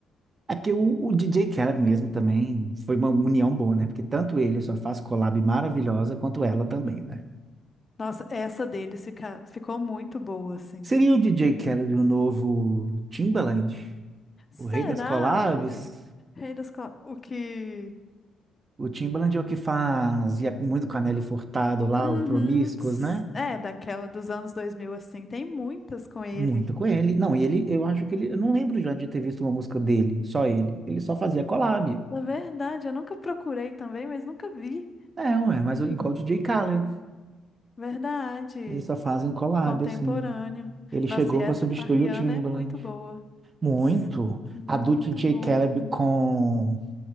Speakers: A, on the right (about 35°); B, on the left (about 30°).
A: É porque o, o DJ Khaled mesmo também foi uma união boa, né? Porque tanto ele só faz collab maravilhosa, quanto ela também, né?
B: Nossa, essa deles fica, ficou muito boa, assim.
A: Seria o DJ Khaled o novo Timbaland?
B: Será?
A: O Rei das Colaves,
B: Rei dos Co- O que.
A: o Timbaland é o que fazia muito com a Nelly Furtado lá,
B: Uhum.
A: o Promiscuous,
B: tss,
A: né?
B: É, daquela dos anos 2000 assim. Tem muitas com ele.
A: Muito com ele. Não, e ele, eu acho que ele, eu não lembro já de ter visto uma música dele, só ele. Ele só fazia collab.
B: Na verdade, eu nunca procurei também, mas nunca vi.
A: É, ué, mas igual o DJ Khaled,
B: Verdade,
A: eles só fazem collab,
B: contemporâneo.
A: assim. Ele chegou
B: Nossa, e essa
A: para substituir
B: com a Rihanna
A: o Timbaland.
B: é muito boa.
A: Muito.
B: Ps, Muito
A: A do DJ
B: boa,
A: Khaled
B: né?
A: com,